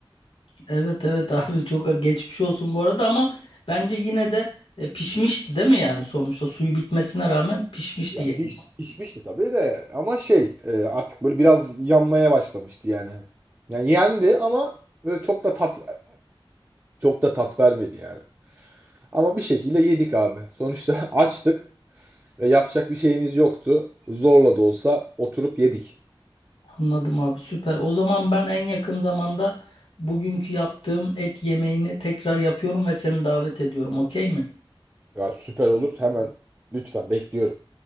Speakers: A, on the left; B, on the right.
A: Evet evet <laughs> abi çok geçmiş olsun bu arada ama bence yine de e, pişmişti değil mi yani sonuçta suyu bitmesine rağmen pişmişti
B: Ya
A: yani.
B: piş, pişmişti tabii de ama şey e, artık böyle biraz yanmaya başlamıştı yani. Yani yendi ama böyle çok da tat çok da tat vermedi yani. Ama bir şekilde yedik abi. Sonuçta <laughs> açtık ve yapacak bir şeyimiz yoktu. Zorla da olsa oturup yedik.
A: Anladım abi süper. O zaman ben en yakın zamanda bugünkü yaptığım et yemeğini tekrar yapıyorum ve seni davet ediyorum okey mi?
B: Ya süper olur hemen lütfen bekliyorum.